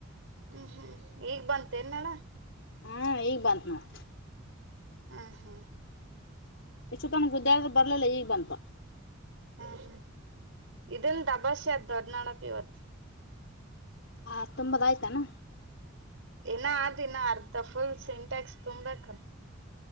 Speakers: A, on the right (about 65°); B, on the left (about 65°).
A: ಹ್ಮ್ ಹ್ಮ್ ಈಗ್ ಬಂತೇನ್ ನಳ
B: ಹ್ಮ ಈಗ ಬಂತು ನೋಡು.
A: ಹ್ಮ್ ಹ್ಮ
B: ಇಷ್ಟು ತನ ಗುದ್ಯಾಡ್ದೆ ಬರ್ಲಿಲ್ಲ ಈಗ್ ಬಂತ.
A: ಹ್ಮಂ ಇದನ್ ದಬಾಷೆ ಅದ ದೊಡ್ನಾಡಕ್ ಇವತ್
B: ಆ ತುಂಬದಾಯ್ತೆನು.
A: ಇನ್ನ ಆರದಿನ ಅರ್ಧ ಫುಲ್ ಸಿಂಟ್ಯಾಕ್ಸ್ ತುಂಬೇಕು